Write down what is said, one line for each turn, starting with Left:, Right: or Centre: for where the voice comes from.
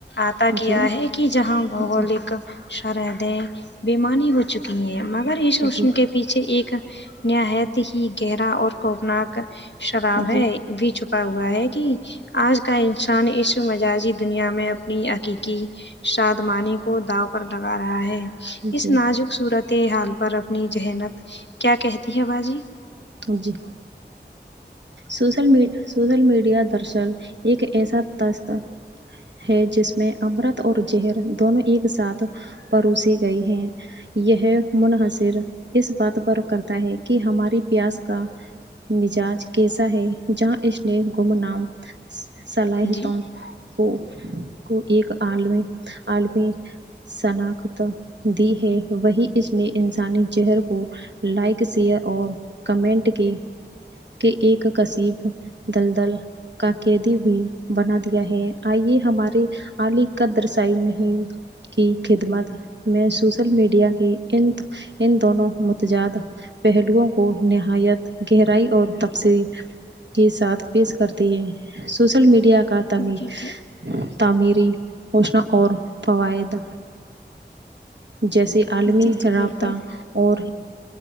Left: عطا کیا
Right: جی
Left: ہے کہ جہاں بھگولک
Right: جی
Left: شرحدیں بیمانی ہو چکی کہ مگر یہ شوشم
Right: جی
Left: کے پیچھے ایک نہایت ہی گہرا اور خوفناک شراب
Right: جی جی
Left: بھی چکا ہوا ہے کہ آج کا انسان اس مجازی دنیا میں اپنی حقیقی شادمانی کو داؤ پر لگا رہا ہے اس
Right: جی
Left: نازک صورت حال پر اپنی جنہات کیا کہتی ہے باجی
Right: جی سوشل می سوشل میڈیا دراصل ایک ایسا تاس تھا ہے جس میں امرت اور زہر دونوں ایک ساتھ پروسی گئی ہیں یہ منحصر اس بات پر کرتا ہے کہ ہماریے پیاس کا مزاج کیسا ہے جہاں اس نے گم نام صلاحیتوں
Left: جی
Right: کو کو ایک عالمی عالمی شناخت دی ہے وہی اس نے انسانی زہر کو لائک شیئر اور کمنٹ کی کہ ایک کصف دلدل کا قیدی بھی بنا دیا ہے آئیے ہمارے <unintelligible> کی خدمت میں سوشل میڈیا کی ان ان دونوں متجاد پہلوں کو نہایت گہرائی اور تفصیل کے ساتھ پیش کرتے ہیں سوشل میڈیا کا تمی
Left: جی جی
Right: تعمیری ہووشناہ اور فوائد جیسے عالمی
Left: جی جی
Right: رابطہ
Left: بالکل
Right: اور